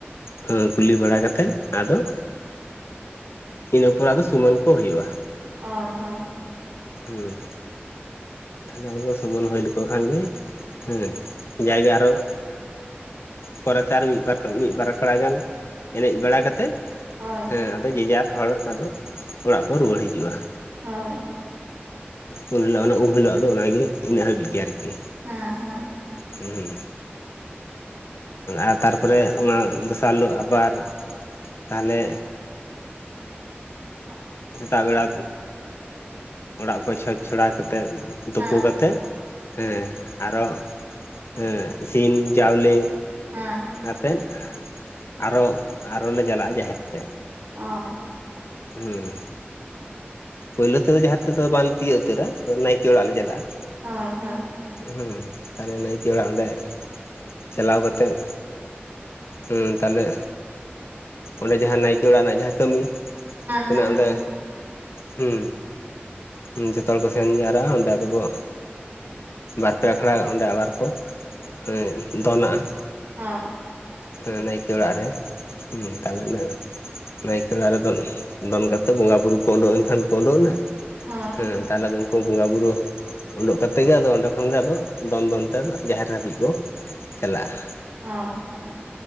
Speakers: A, on the left; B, on the right.
A: ᱦᱚᱸ ᱠᱩᱞᱤ ᱵᱟᱲᱟ ᱠᱟᱛᱮᱫ ᱟᱫᱚ ᱤᱱᱟᱹ ᱯᱚᱨ ᱟᱫᱚ ᱥᱩᱢᱟᱱ ᱠᱚ ᱦᱳᱭᱳᱜ-ᱟ᱾
B: ᱦᱳᱭ, ᱦᱳᱭ᱾
A: ᱦᱩᱸ᱾ ᱛᱟᱞᱦᱮ ᱟᱫᱚ ᱥᱩᱢᱟᱹᱱ ᱦᱩᱭ ᱞᱮᱠᱚ ᱠᱷᱟᱱ ᱜᱮ ᱦᱮᱸ ᱡᱟᱭᱜᱮ ᱟᱨᱚ ᱯᱚᱨᱮ ᱛᱮ ᱟᱨ ᱢᱤᱫ ᱵᱟᱨ, ᱢᱤᱫ ᱵᱟᱨ ᱟᱠᱷᱲᱟ ᱜᱟᱱ ᱮᱱᱮᱡ ᱵᱟᱲᱟ ᱠᱟᱛᱮᱫ
B: ᱦᱳᱭ
A: ᱦᱮᱸ ᱟᱫᱚ ᱡᱮᱡᱟᱨ ᱦᱚᱲ ᱟᱫᱚ ᱚᱲᱟᱜ ᱠᱚ ᱨᱩᱭᱟᱹᱲ ᱦᱤᱡᱩᱜ-ᱟ᱾
B: ᱦᱳᱭ᱾
A: ᱦᱩᱸ ᱩᱱ ᱦᱤᱞᱳᱜ-ᱟ ᱫᱚ, ᱩᱢ ᱦᱤᱞᱳᱜ-ᱟ ᱫᱚ ᱚᱱᱟ ᱜᱮ ᱤᱱᱟᱹᱜ ᱦᱟᱹᱵᱤᱡ ᱜᱮ ᱟᱨᱠᱤ᱾
B: ᱦᱮᱸ ᱦᱮᱸ
A: ᱦᱩᱸ, ᱦᱩᱸ᱾ ᱟᱨ ᱛᱟᱨᱯᱚᱨᱮ ᱚᱱᱟ ᱫᱚᱥᱟᱨ ᱦᱤᱞᱳᱜ ᱟᱵᱟᱨ ᱛᱟᱞᱦᱮ
B: <unintelligible>
A: ᱥᱮᱛᱟᱜ ᱵᱮᱲᱟ ᱚᱲᱟᱜ ᱠᱚ ᱪᱷᱚᱸᱪ ᱪᱷᱚᱲᱟ ᱠᱟᱛᱮᱫ
B: ᱦᱮᱸ
A: ᱛᱳᱯᱳ ᱠᱟᱛᱮᱜ ᱦᱮᱸ ᱟᱨᱚ ᱦᱮᱸ ᱥᱤᱢ ᱪᱟᱣᱞᱮ
B: ᱦᱮᱸ᱾
A: ᱟᱛᱮᱫ ᱟᱨᱚ, ᱟᱨᱚ ᱞᱮ ᱪᱟᱞᱟᱜ-ᱟ ᱡᱟᱦᱮᱨ ᱛᱮ᱾
B: ᱟᱨ
A: ᱦᱩᱸ ᱯᱳᱭᱞᱳ ᱛᱮᱫᱚ ᱡᱟᱦᱮᱨ ᱛᱮᱫᱚ ᱵᱟᱝᱞᱮ ᱛᱤᱭᱳᱜ ᱩᱛᱟᱹᱨᱟ ᱱᱟᱭᱠᱮ ᱚᱲᱟᱜ ᱞᱮ ᱪᱟᱞᱟᱜᱼᱟ᱾
B: ᱦᱚᱭ ᱦᱚᱭ
A: ᱦᱮᱸ ᱛᱟᱦᱞᱮ ᱱᱟᱭᱠᱮ ᱚᱲᱟᱜ ᱚᱸᱰᱮ ᱪᱟᱞᱟᱣ ᱠᱟᱛᱮᱫ ᱦᱮᱸ ᱛᱟᱦᱚᱞᱮ ᱚᱸᱰᱮ ᱡᱟᱸᱦᱟ ᱱᱟᱭᱠᱮ ᱚᱲᱟᱜ ᱨᱮᱱᱟᱜ ᱡᱟᱸᱦᱟ ᱠᱟᱹᱢᱤ ᱛᱮᱱᱟᱜ
B: ᱦᱮᱸ
A: ᱚᱸᱰᱮ
B: ᱦᱮᱸ
A: ᱦᱩᱸ ᱦᱩᱸ ᱡᱚᱛᱚ ᱦᱚᱲ ᱠᱚ ᱥᱮᱱ ᱡᱟᱣᱨᱟᱼᱟ ᱚᱸᱰᱮ ᱟᱫᱚ ᱠᱚ ᱵᱟᱨᱯᱮ ᱟᱠᱷᱲᱟ ᱚᱸᱰᱮ ᱟᱵᱟᱨ ᱠᱚ ᱮ ᱫᱚᱱᱟᱜᱼᱟ᱾
B: ᱦᱳᱭ
A: ᱦᱮᱸ ᱱᱟᱭᱠᱮ ᱚᱲᱟᱜ ᱨᱮ ᱦᱮᱸ ᱛᱟᱦᱚᱞᱮᱱᱟᱜ ᱱᱟᱭᱠᱮ ᱚᱲᱟᱜ ᱨᱮ ᱫᱚ ᱫᱚᱱ ᱠᱟᱛᱮ ᱵᱚᱸᱜᱟ ᱵᱩᱨᱩ ᱠᱚ ᱩᱰᱩᱠ ᱮᱱᱠᱷᱟᱱ ᱠᱚ ᱩᱰᱩᱠᱱᱟ
B: ᱦᱳᱭ
A: ᱦᱮᱸ᱾ ᱛᱟᱦᱚᱞᱮ ᱟᱫᱚ ᱩᱱᱠᱩ ᱵᱚᱸᱜᱟ ᱵᱩᱨᱩ ᱩᱰᱩᱠ ᱠᱟᱛᱮᱫ ᱜᱮ ᱟᱫᱚ ᱚᱸᱰᱮ ᱠᱷᱚᱱᱜᱮ ᱟᱫᱚ ᱫᱚᱱ ᱫᱚᱱ ᱛᱮ ᱟᱫᱚ ᱡᱟᱦᱮᱨ ᱦᱟᱹᱵᱤᱡ ᱠᱚ ᱪᱟᱞᱟᱜᱼᱟ᱾
B: ᱦᱳᱭ ᱦᱳᱭ᱾